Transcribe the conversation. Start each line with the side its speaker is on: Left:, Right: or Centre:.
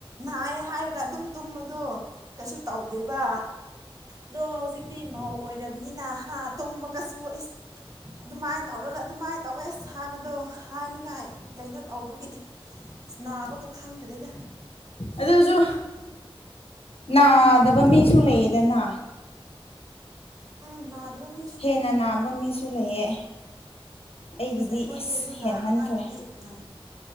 Right: ꯅꯥꯏ ꯍꯥꯏꯔꯒ ꯑꯗꯨꯝ ꯇꯨꯝꯕꯗꯣ ꯀꯩꯁꯨ ꯇꯧꯗꯦꯕꯥ ꯑꯗꯣ ꯍꯧꯖꯤꯛꯇꯤ ꯃꯧ ꯑꯣꯏꯔꯕꯅꯤꯅ ꯍꯥ ꯇꯨꯝꯕꯒꯁꯨ ꯏꯁ ꯑꯗꯨꯃꯥꯏ ꯇꯧꯔꯒ ꯑꯗꯨꯃꯥꯏ ꯇꯧꯋꯦꯁ ꯍꯥꯏꯕꯗꯣ ꯍꯥꯏꯅꯤꯡꯉꯥꯏ ꯀꯩꯅꯣ ꯇꯧꯕꯒꯤ ꯅꯥꯕꯒ ꯈꯪꯗ꯭ꯔꯦꯗ
Left: ꯑꯗꯨꯁꯨ ꯅꯥꯗꯕ ꯃꯤꯁꯨ ꯂꯩꯌꯦꯗꯅ
Right: ꯎꯝ ꯅꯥꯗꯕ ꯃꯤ
Left: ꯍꯦꯟꯅ ꯅꯥꯕ ꯃꯤꯁꯨ ꯂꯩꯌꯦ ꯑꯩꯒꯤꯗꯤ
Right: ꯑꯁ ꯑꯩꯈꯣꯏꯗꯤ ꯑꯗꯨ
Left: ꯍꯦꯟꯃꯟꯈ꯭ꯔꯦ
Right: ꯂꯥꯛꯑꯀꯥꯟꯗꯗꯤ ꯉꯝ